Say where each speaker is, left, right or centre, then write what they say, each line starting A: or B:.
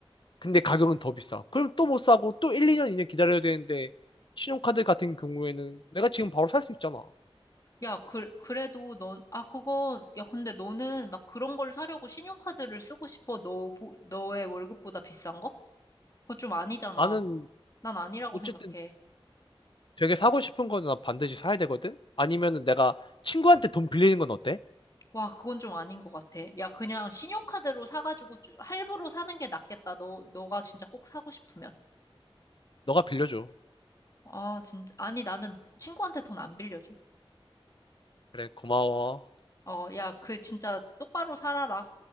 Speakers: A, on the left; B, on the left.
A: 근데 가격은 더 비싸. 그럼 또 못 사고 또 1, 2년, 2년 기다려야 되는데 신용카드 같은 경우에는 내가 지금 바로 살 수 있잖아.
B: 야, 그, 그래도 넌, 아, 그건, 야, 근데 너는 막 그런 걸 사려고 신용카드를 쓰고 싶어? 너, 보- 너의 월급보다 비싼 거? 그거 좀 아니잖아.
A: 나는
B: 난 아니라고
A: 어쨌든
B: 생각해.
A: 되게 사고 싶은 거는 난 반드시 사야 되거든? 아니면은 내가 친구한테 돈 빌리는 건 어때?
B: 와, 그건 좀 아닌 것 같아. 야, 그냥 신용카드로 사가지고 주- 할부로 사는 게 낫겠다. 너, 너가 진짜 꼭 사고 싶으면.
A: 너가 빌려줘.
B: 아, 진짜. 아니, 나는 친구한테 돈 안 빌려줘.
A: 그래, 고마워.
B: 어, 야, 그 진짜 똑바로 살아라.